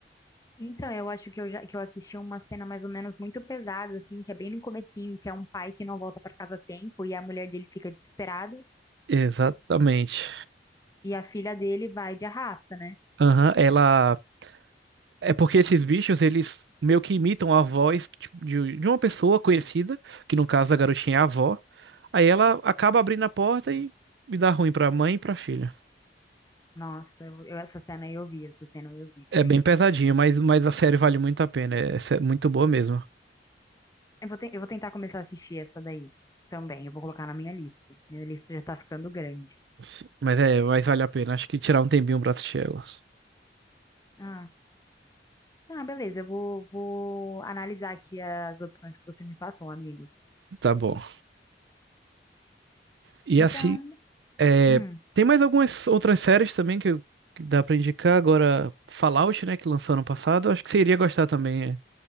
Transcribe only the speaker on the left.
Então, eu acho que eu já que eu assisti uma cena mais ou menos muito pesada, assim, que é bem no comecinho, que é um pai que não volta pra casa a tempo e a mulher dele fica desesperada
e a filha dele vai de arrasta, né?
Nossa, eu, eu- essa cena eu vi, essa cena eu vi,
foi
Eu vou, ten- eu vou tentar começar a assistir essa daí também. Eu vou colocar na minha lista. Minha lista já tá ficando grande.
Ah, ah, beleza. Eu vou, vou analisar aqui as opções que você me passou, amigo.
Então,
hum,